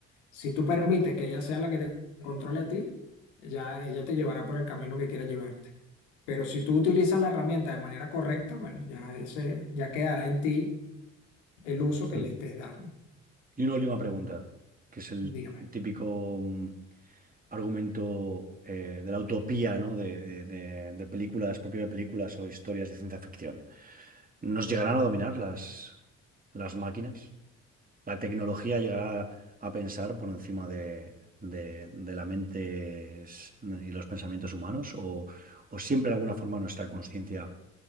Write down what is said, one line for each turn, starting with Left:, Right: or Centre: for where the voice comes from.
Left: Si tú permites que ella sea la que te controle a ti, ya ella te llevará por el camino que quiera llevarte. Pero si tú utilizas la herramienta de manera correcta, bueno, ya ese ya quedará en ti el uso
Right: <clears throat>
Left: que le estés dando.
Right: y una última pregunta, que es el
Left: Dígame,
Right: típico mm, argumento eh, de la utopía, ¿no? De, de- de- de películas, propio de películas o historias de ciencia ficción. ¿Nos llegarán a dominar las, las máquinas? ¿La tecnología llegará a pensar por encima de, de- de la mente s- y los pensamientos humanos? ¿O, o siempre de alguna forma nuestra conciencia